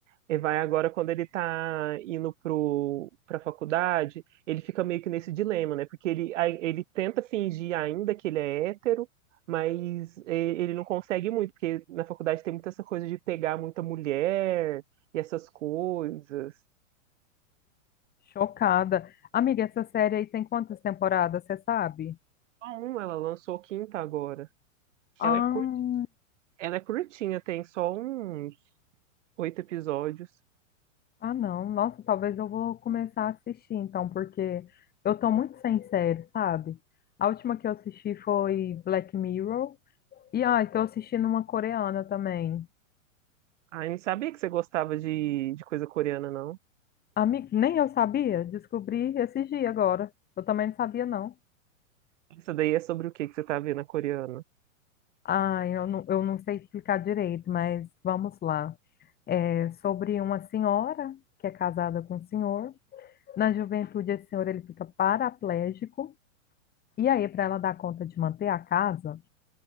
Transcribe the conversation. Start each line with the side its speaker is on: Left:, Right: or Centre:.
Right: E vai agora quando ele tá indo pro, pra faculdade, ele fica meio que nesse dilema, né? Porque ele, aí ele tenta fingir ainda que ele é hétero, mas e- ele não consegue muito, porque na faculdade tem muita essa coisa de pegar muita mulher e essas coisas.
Left: Chocada. Amiga, essa série aí tem quantas temporadas, você sabe?
Right: Só um, ela lançou quinta agora.
Left: Ah,
Right: Ela é cur... ela é curtinha, tem só uns oito episódios.
Left: ah, não. Nossa, talvez eu vou começar a assistir então, porque eu tô muito sem série, sabe? A última que eu assisti foi Black Mirror. E ah, tô assistindo uma coreana também.
Right: Ah, eu não sabia que você gostava de, de coisa coreana, não.
Left: Amiga, nem eu sabia, descobri esses dias agora. Eu também não sabia, não.
Right: Essa daí é sobre o que que você tá vendo a coreana?
Left: Ah, eu não, eu não sei explicar direito, mas vamos lá. É sobre uma senhora que é casada com um senhor. Na juventude, esse senhor ele fica paraplégico. E aí, para ela dar conta de manter a casa,